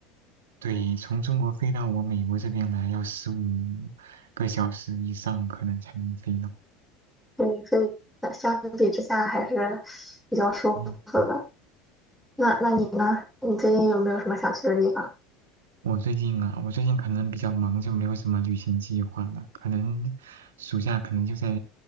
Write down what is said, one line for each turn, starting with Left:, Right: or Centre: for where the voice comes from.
Right: 对，从中国飞到我美国这边来要十五个小时以上，可能才能飞到。
Centre: 对，所以呃相比之下还是比较舒服的。
Right: 嗯
Centre: 那那你呢？你最近有没有什么想去的地方？
Right: 我最近啊，我最近可能比较忙，就没有什么旅行计划了。可能暑假可能就在